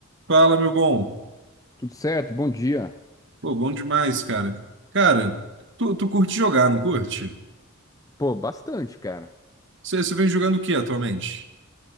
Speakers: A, on the right (about 55°); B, on the left (about 15°).
A: Fala, meu bom.
B: Tudo certo, bom dia.
A: Pô, bom demais, cara. Cara, tu, tu curte jogar, não curte?
B: Pô, bastante, cara.
A: Você vem jogando o que atualmente?